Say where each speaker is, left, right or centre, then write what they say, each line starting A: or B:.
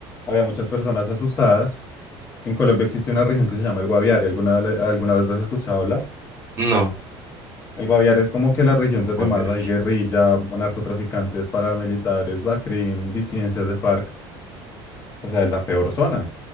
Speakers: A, on the left (about 20°); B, on the right (about 25°).
A: había muchas personas asustadas En Colombia existe una región que se llama el Guaviare. ¿Alguna, le- alguna vez la has escuchado hablar?
B: No,
A: El Guaviare es como que la región donde
B: muy
A: más
B: bien.
A: hay guerrilla, narcotraficantes, paramilitares, BACRIM, disidencias de FARC. O sea, es la peor zona.